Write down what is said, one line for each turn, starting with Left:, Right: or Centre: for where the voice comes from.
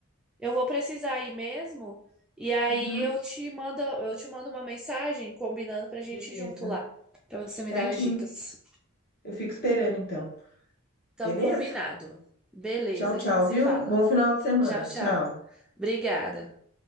Centre: eu vou precisar ir mesmo. E aí
Left: uhum,
Centre: eu te mando eu te mando uma mensagem combinando pra gente
Left: beleza.
Centre: ir junto lá, pra você me
Left: Certinho.
Centre: dar as dicas.
Left: Eu fico esperando então.
Centre: Então
Left: Beleza?
Centre: combinado. Beleza,
Left: Tchau, tchau,
Centre: a gente se
Left: viu?
Centre: fala.
Left: Bom final de semana.
Centre: Tchau, tchau.
Left: Tchau.
Centre: Obrigada.